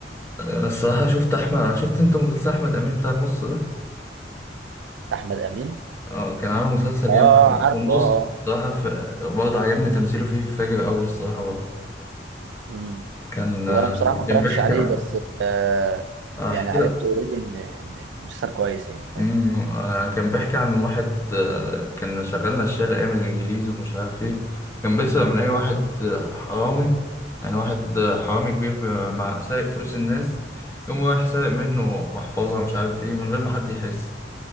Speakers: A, on the left (about 15°); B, on the right (about 85°).
A: أنا الصراحة شفت أحمد شفت أنت مسلسل أحمد أمين بتاع النص ده؟
B: احمد امين
A: اه كان عامل مسلسل
B: اه
A: جامد اسمه
B: عارفه
A: النص
B: اه
A: الصراحة ف... برضه عجبني تمثيله فيه فاجر أوي الصراحة برضه
B: امم
A: كان آه،
B: هو انا بصراحه ما اتفرجتش
A: كان بيحكي
B: عليه
A: عن
B: بس آه
A: أحكي
B: يعني عرفت
A: لك
B: اوريدي ان ان إن مسلسل كويس يعني فاهم
A: مم، آه، كان بيحكي عن واحد آه، كان شغال نشال أيام الإنجليز ومش عارف إيه كان بيسرق
B: امم
A: من أي واحد آه، حرامي يعني واحد آه، حرامي كبير آه، مع سارق فلوس الناس يقوم رايح سارق منه محفظة مش عارف إيه من غير ما حد يحس